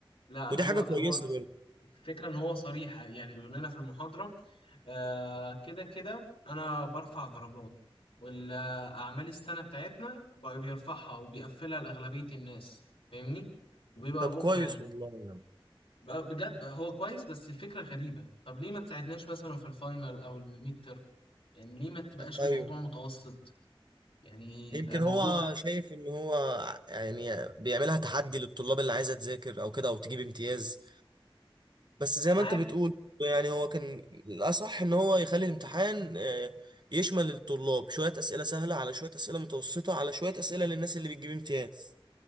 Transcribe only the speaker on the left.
لا
هو
هو
الفكرة ان هو صريح يعني بيقول لنا في المحاضرة آه كده كده انا برفع درجات والاعمال السنة بتاعتنا بقى بيرفعها وبيقفلها لأغلبية الناس فاهمني وبيبقى
رؤوف
معانا
بقى بجد بقى هو كويس بس الفكرة غريبة طب ليه ما تساعدناش مثلا في الفاينل او الميد يعني ليه ما تبقاش
الموضوع متوسط يعني
يبقى الموضوع
معاك